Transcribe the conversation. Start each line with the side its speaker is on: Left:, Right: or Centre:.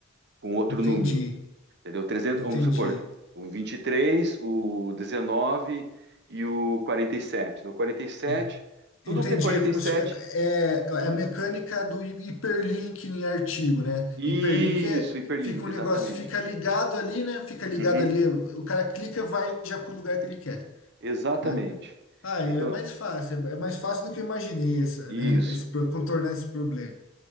Right: Com outro
Left: Entendi,
Right: número, entendeu? trezentos
Left: entendi.
Right: vamos supor, o 23 o 19 e o 47. Então, quarenta e sete
Left: En-
Right: tudo
Left: Entendi,
Right: que é quarenta
Left: é como
Right: e sete
Left: se, é, é é a mecânica do hi- hiperlink em artigo, né?
Right: isso,
Left: Hiperlink é,
Right: hiperlink,
Left: fica um
Right: exatamente.
Left: negócio, fica ligado ali, né? Fica ligado
Right: Uhum,
Left: ali, o cara clica, vai já pro lugar que ele quer,
Right: exatamente.
Left: né? Ah,
Right: Então,
Left: é é mais fácil, é é mais fácil do que eu imaginei essa,
Right: isso,
Left: né? Esse, pro- contornar esse problema.